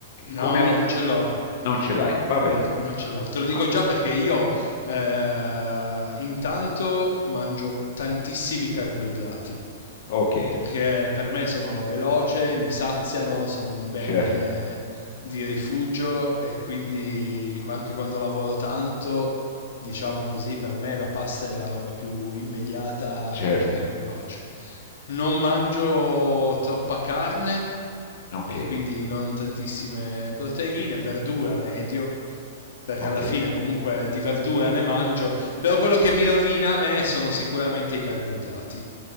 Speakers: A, on the left; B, on the left.
A: no,
B: Come ali-
A: non ce l'ho.
B: non ce l'hai,
A: Non
B: va
A: ce
B: bene.
A: l'ho, non ce l'ho. Te lo dico
B: Ah,
A: già perché io eh, intanto mangio tantissimi carboidrati.
B: ok,
A: Perché per me sono veloce, mi saziano, sono un bene
B: certo,
A: di rifugio e quindi anche quando lavoro tanto, diciamo così, per me la pasta è la roba più immediata
B: certo,
A: e veloce. Non mangio troppa carne
B: ok,
A: e quindi non tantissime proteine, verdura medio perché
B: ok.
A: alla fine comunque di verdura ne mangio, però quello che mi rovina a me sono sicuramente i carboidrati.